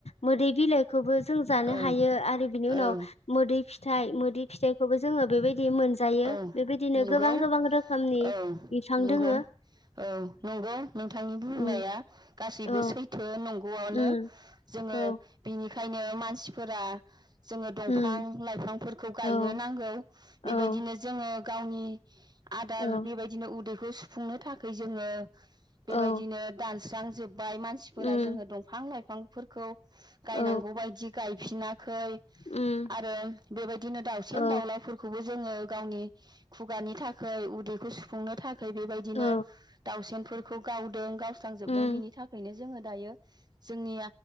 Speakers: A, on the left; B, on the right.
A: मोदै बिलाइखौबो जों जानो
B: औ
A: हायो आरो
B: औ
A: बिनि उनाव मोदै फिथाइ मोदै फिथाइखौबो जोङो बेबायदि बे मोन जायो
B: औ
A: बेबायदिनो
B: नंगौ
A: गोबां गोबां रोखोमनि
B: औ
A: बिफां
B: नंगौ
A: दोङो
B: औ नंगौ नोंथांनि बुंनाया
A: उम
B: गासैबो
A: औ
B: सैथो गनो
A: उम
B: जोङो
A: औ
B: बिनि ओंखायनो मानसिफोरा जोङो दंफां
A: उम
B: लाइफांफोरखौ गायनो
A: औ
B: नांगौ
A: औ
B: बेबायदिनो गावनि आदार
A: औ
B: बेबायदिनो उदै खौ सुफुंनो थाखाय जोङो बेबायदिनो
A: औ
B: दानस्रां बाय मानसिफोरा
A: उम
B: जोङो दंफां लाइफां बिफांफोरखौ गायनांगौ
A: औ
B: बायदि गायफिना खै
A: उम
B: आरो बेबायदिनो दाउसेन
A: औ
B: दाउलाफोरखौबो जोङो गावनि खुगानि थाखै उदैखौ सुफुंनो थाखै बेबायदिनो
A: औ
B: दाउसेनफोरखौ गावदों गाव स्रांजोबदों
A: उम
B: बिनि थाखायनो जोङो दायो जोंनि